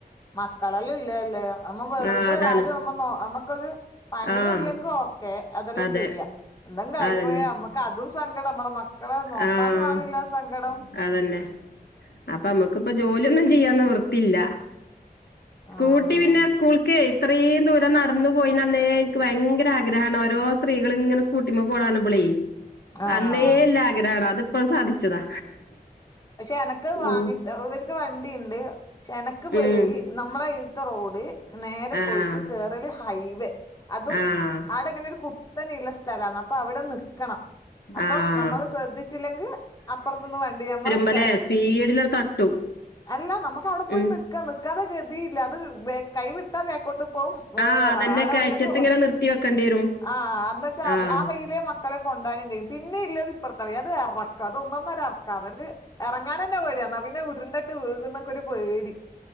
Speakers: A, on the left; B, on the left.
A: മക്കളെല്ലാം ഇല്ലേല്ലേ നമ്മ വെറുതെ
B: ആഹ് അതാണ്
A: ആര അമ്മ അമ്മക്കൊരു പണിയും
B: ആഹ്
A: ഇല്ലെങ്കും ഒക്കെ അതെല്ലാം
B: അതെ
A: ചെയ്യാം എന്തെങ്കും ആയിപ്പോയാ
B: അതന്നെ
A: നമ്മക്ക് അതും സങ്കടം നമ്മളെ മക്കളെ നോക്കാനും
B: ആഹ്
A: ആളില്ല സങ്കടം
B: അതന്നെ അപ്പൊ നമ്മുക്കിപ്പ ജോലിയൊന്നും ചെയ്യാൻ നിവൃത്തിയില്ല സ്കൂട്ടി
A: ആഹ്
B: പിന്നെ സ്കൂൾക്ക് ഇത്രയും ദൂരം നടന്നു പോയിന്നേ എനിക്ക് ഭയങ്കര ആഗ്രഹമാണ് ഓരോ സ്ത്രീകൾ ഇങ്ങനെ സ്കൂട്ടി <unintelligible>
A: ആഹ്
B: അന്നേ എല്ല ആഗ്രഹമാണ് അതിപ്പോഴ സാധിച്ചതാ
A: പക്ഷെ എനക്ക് വാങ്ങിട്ട്
B: ഉം
A: ഇവർക്ക് വണ്ടിയുണ്ട് എനക്ക് പെടി
B: ഉം
A: നമ്മള ഇടുത്തെ റോഡ് നേരെ
B: ആഹ്
A: പോയിട്ട് കേറൽ ഹൈവേ അതും
B: ആഹ്
A: ആടങ്ങനെ ഒരു കുത്തനെയള്ള സ്ഥലന്ന് അപ്പൊ അവിടെ നിക്കണം അപ്പം
B: ആഹ്
A: നമ്മള് ശ്രദ്ധിച്ചില്ലെങ്കിൽ അപ്പുറത്തന്ന് വണ്ടി <unintelligible>
B: അല്ലെ സ്പീഡിലതു തട്ടും
A: അല്ല നമുക്ക് അവിടെ പോയി
B: ഉം
A: നിക്കാ നിക്കാതെ ഗതിയില്ല അത് കൈ വിട്ടാ ബേക്കോട്ട് പോവും
B: ആഹ് അതന്നെെ
A: ആടെ
B: കയറ്റത്തി
A: പോയില്ലെങ്കിൽ
B: ഇങ്ങനെ നിർത്തി വെക്കേണ്ടി വരും
A: ആഹ് <unintelligible>
B: ആഹ്
A: മക്കളെ കൊണ്ടാനും <unintelligible> പിന്ന ഇല്ലത് ഇപ്പുറത്തെറ അത് ഇറക്കാം അത് ഒന്നരെ ഇറക്കാം അവക്ക് ഇറങ്ങാനന്നെ പേടിയാ എന്നാൽ പിന്നെ ഉരുണ്ടിട്ട് വീകുന്നൊക്കെ ഒരു പേടി